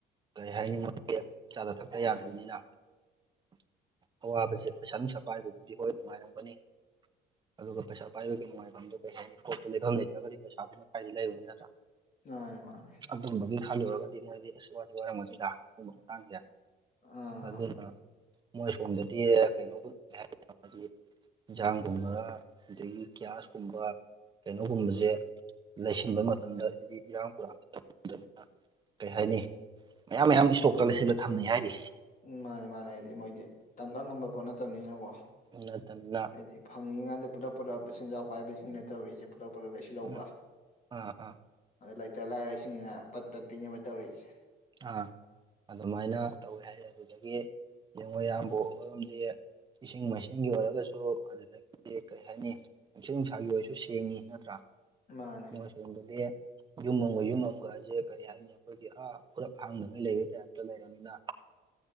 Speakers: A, on the right; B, on the left.
A: ꯀꯔꯤ ꯍꯥꯏꯅꯤ ꯆꯥꯗ ꯊꯛꯇ ꯌꯥꯗꯕꯅꯤꯅ ꯑꯋꯥꯕꯁꯦ ꯄꯩꯁꯥ ꯅꯨꯡꯁꯥ ꯄꯥꯏꯕꯕꯨꯗꯤ ꯍꯣꯏ ꯅꯨꯡꯉꯥꯏꯔꯝꯒꯅꯤ ꯑꯗꯨꯒ ꯄꯩꯁꯥ ꯄꯥꯏꯕꯒꯤꯅꯨꯡꯉꯥꯏꯐꯝꯗꯣ ꯀꯩ ꯍꯥꯏꯅꯤ ꯄꯣꯠꯇꯨ ꯂꯩꯐꯝ ꯂꯩꯇ꯭ꯔꯒꯗꯤ ꯄꯩꯁꯥꯗꯨ ꯀꯥꯏꯗꯩ ꯂꯩꯥꯔꯨꯅꯤ ꯅꯠꯇ꯭ꯔ
B: ꯃꯥꯅꯦ -ꯃꯥꯅꯦ
A: ꯑꯗꯨꯝꯕꯒꯤ ꯈꯜꯂꯨꯔꯒꯗꯤ ꯃꯣꯏꯗꯤ ꯑꯁ ꯋꯥꯗꯤ ꯋꯥꯔꯝꯒꯅꯤꯗ ꯍꯟꯗꯛ ꯃꯇꯥꯡꯖꯦ
B: ꯑꯥ
A: ꯑꯗꯨꯅ ꯃꯣꯏ ꯁꯣꯝꯗꯗꯤ ꯀꯩꯅꯣꯒ ꯍꯥꯏꯗꯤ ꯏꯟꯖꯥꯡꯒꯨꯝꯕ ꯑꯗꯒꯤ ꯒ꯭ꯌꯥꯁ ꯀꯨꯝꯕ ꯀꯩꯅꯣꯒꯨꯝꯕꯁꯦ ꯂꯩꯁꯤꯟꯕ ꯃꯇꯝꯗ ꯑꯩꯗꯤ ꯏꯔꯥꯡ ꯄꯨꯨꯔꯥꯡꯗꯕꯅꯤꯅ ꯀꯩ ꯍꯥꯏꯅꯤ ꯃꯌꯥꯝ -ꯃꯌꯥꯝ ꯏꯁꯇꯣꯛꯇꯒ ꯂꯩꯁꯤꯜꯂꯒ ꯊꯝꯅꯩ ꯍꯥꯏꯔꯤ
B: ꯎꯝ ꯃꯥꯅꯦ- ꯃꯥꯅꯦ ꯍꯥꯏꯗꯤ ꯃꯣꯏꯗꯤ ꯇꯝꯕ ꯉꯝꯕ ꯄꯣꯠ ꯅꯠꯇꯕꯅꯤꯅꯀꯣ
A: ꯅꯠꯇꯕꯅꯤꯅ
B: ꯍꯥꯏꯗꯤ ꯐꯪꯉꯤꯉꯀꯥꯟꯗ ꯄꯨꯂꯞ- ꯄꯨꯜꯂꯞ ꯁꯦꯟꯖꯥꯎ ꯄꯥꯏꯕꯁꯤꯡꯅ ꯇꯧꯔꯤꯁꯦ ꯄꯨꯂꯞ- ꯄꯨꯂꯞ ꯂꯩꯁꯤꯜꯍꯧꯕ
A: ꯎꯝ ꯑꯥ ꯑꯥ
B: ꯑꯗ ꯂꯩꯇ ꯂꯥꯏꯔꯁꯤꯡꯅ ꯄꯠ ꯇꯠꯄꯤꯅꯦꯕ ꯇꯧꯔꯤꯁꯦ
A: ꯑ ꯑꯗꯨꯃꯥꯏꯅ ꯇꯧꯋꯦ ꯍꯥꯏ ꯑꯗꯨꯗꯒꯤ ꯌꯦꯡꯉꯣ ꯑꯌꯥꯝꯕ ꯍꯣꯏꯔꯣꯝꯗꯤ ꯏꯁꯤꯡ ꯃꯥꯏꯁꯤꯡꯒꯤ ꯑꯣꯏꯔꯒꯁꯨ ꯑꯗꯒꯤꯗꯤ ꯀꯩ ꯍꯥꯏꯅꯤ ꯅꯨꯡꯁꯤꯠ- ꯅꯨꯡꯁꯥꯒꯤ ꯑꯣꯏꯁꯨ ꯁꯦꯡꯉꯤ ꯅꯠꯇ꯭ꯔꯥ
B: ꯃꯥꯅꯦ
A: ꯑꯁꯣꯝꯗꯗꯤ ꯌꯨꯝ ꯑꯃꯒ- ꯌꯨꯝ ꯑꯃꯒ ꯍꯥꯏꯖꯦ ꯀꯔꯤ ꯍꯥꯏꯅꯤ ꯑꯩꯈꯣꯏꯒꯤ ꯑ ꯈꯨꯔꯞ ꯍꯥꯡꯗꯉꯩ ꯂꯩꯕꯩ ꯇꯥꯏꯞꯇ ꯂꯩꯔꯕꯅꯤꯅ